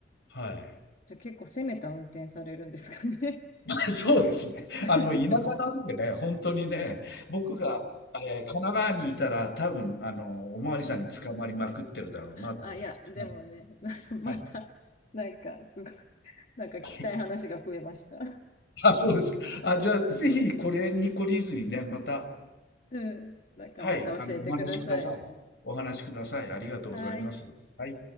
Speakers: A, on the left (about 65°); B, on the left (about 45°).
A: はい。
B: じゃあ結構攻めた運転されるんですかね。
A: <laughs> そうですね。
B: <laughs>
A: あの、田舎なんでね、本当にね、僕が、えー神奈川にいたら、多分、あの、おまわりさんに捕まりまくってるだろうなと思います。
B: あ、いや、でもね、<laughs> なんかまた、
A: はい。
B: なんか、すごい、なんか聞きたい話が増えました。
A: はい。はい。あ、そうですか。あ、じゃあ、ぜひこれに懲りずにね、また、
B: うん。なんかまた教えてください。
A: はい、あの、お話しください。お話しください。ありがとうございます。
B: はい。
A: はい。